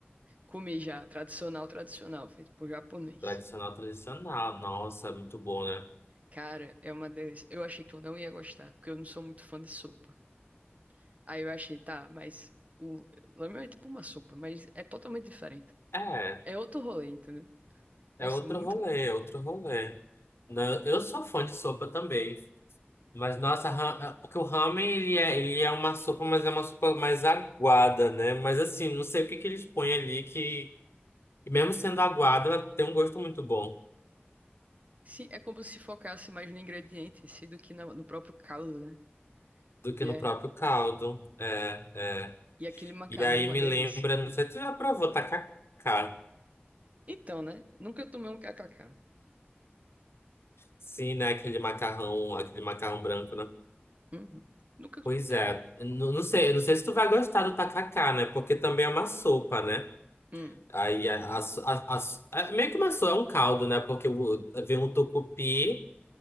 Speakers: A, on the right (about 35°); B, on the left (about 80°).
A: comi já, tradicional, tradicional, feito por japonês.
B: Tradicional, tradicional. Nossa, é muito bom, né?
A: Cara, é uma delícia. Eu achei que eu não ia gostar, porque eu não sou muito fã de sopa. Aí eu achei, tá, mas o ramen é tipo uma sopa, mas é totalmente diferente.
B: É.
A: É outro rolê, entendeu? Nossa,
B: É outro
A: muito...
B: rolê, é outro rolê. Na- Eu sou fã de sopa também. Mas, nossa, ra- porque o ramen, ele é, ele é uma sopa, mas é uma sopa mais aguada, né? Mas, assim, não sei o que que eles põem ali que, que mesmo sendo aguada, ela tem um gosto muito bom
A: Se, é como se focasse mais no ingrediente, em si do que na- no próprio caldo, né?
B: do que
A: E,
B: no
A: é,
B: próprio caldo. É, é.
A: e aquele macarrão,
B: E aí
A: é uma
B: me
A: delícia.
B: lembra, não sei, se tu já provou tacacá?
A: Então, né? Nunca tomei um kkk.
B: Sim, né? Aquele macarrão, aquele macarrão branco, né?
A: Uhum. Nunca.
B: Pois
A: cu-
B: é. Não, não sei, não sei se tu vai gostar do tacacá, né? Porque também é uma sopa, né?
A: Hum.
B: Aí a, as a, a- é meio que uma só é um caldo, né? Porque o- vem um tucupi,